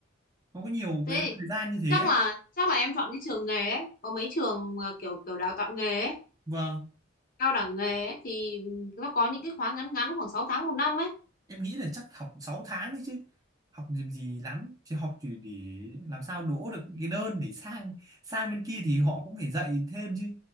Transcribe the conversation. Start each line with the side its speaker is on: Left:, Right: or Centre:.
Right: nó có nhiều
Left: thế
Right: cái thời
Left: thì
Right: gian như thế
Left: chắc
Right: ấy.
Left: là chắc là em chọn cái trường nghề ấy có mấy trường mà kiểu kiểu đào tạo nghề ấy
Right: vâng
Left: cao đẳng nghề ấy thì nó có những cái khóa ngắn ngắn khoảng 6 tháng một năm ấy
Right: em nghĩ là chắc học 6 tháng đấy chứ học làm gì lắm chứ học chỉ để làm sao đỗ được cái đơn để sang sang bên kia thì họ cũng phải dạy thêm chứ